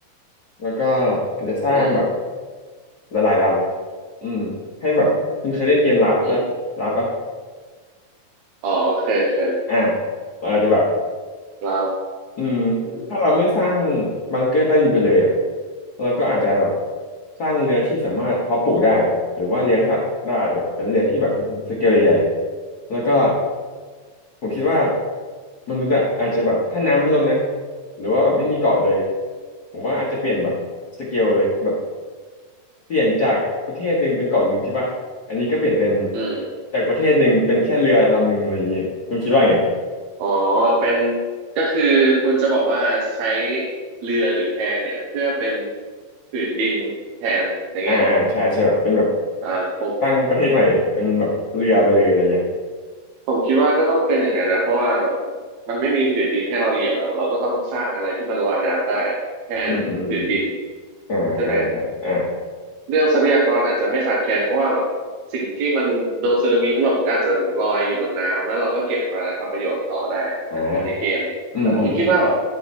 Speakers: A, on the left; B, on the right.
A: แล้วก็อาจจะสร้างแบบ
B: อืม
A: ละลายลำอืมให้แบบคุณเคยเล่นเกมลาฟปะลาฟปะ
B: อืมอ๋อโอเคโอเค
A: อ่ะเราอาจจะแบบ
B: ลาฟ
A: อืม
B: อืม
A: ถ้าเราไม่สร้างบังเกอร์ใต้ดินไปเลยอ่ะเราก็อาจจะแบบสร้างเรือที่สามารถเพาะปลูกได้หรือว่าเลี้ยงสัตว์ได้แบบเป็นเรือที่แบบเป็นสเกลใหญ่ๆแล้วก็ผมคิดว่ามนุษย์อ่ะอาจจะแบบถ้าน้ำไม่ลดนะหรือว่าแบบไม่มีเกาะเลยผมว่าอาจจะเปลี่ยนแบบสเกลเลยแบบเปลี่ยนจากประเทศหนึ่งเป็นเกาะหนึ่งใช่ป่ะอันนี้ก็เปลี่ยนเป็น
B: อืม
A: จากประเทศหนึ่งเป็นแค่เรือลำหนึ่งอะไรอย่างเงี้ยคุณคิดว่าไง
B: อ๋อเป็นก็คือคุณจะบอกว่าใช้เรือหรือแพเนี่ยเพื่อเป็นผืนดินแทนอย่างเงี้ยเหรอครับ
A: อ่าอ่าใช่ใช่แบบเป็นแบบ
B: อ่าผม
A: ตั้งประเทศใหม่เป็นแบบเรือไปเลยอะไรเงี้ย
B: ผมคิดว่าก็ต้องเป็นอย่างนั้นนะเพราะว่าแบบมันไม่มีผืนดินให้เราเหยียบแล้วเราก็ต้องสร้างอะไรที่มันลอยน้ำได้แทนผืนดิน
A: อืมอืมอ่าใช่ใช่อ่า
B: ใช่ไหม เรื่องทรัพยากรอาจจะไม่ขาดแคลนเพราะว่าแบบสิ่งที่มันโดนสึนามิถล่มก็อาจจะลอยอยู่บนน้ำแล้วเราก็เก็บมาทำประโยชน์ต่อได้เหมือนในเกมแต่ผมก็คิดว่าแบบ
A: อ่าอืมอืมอืม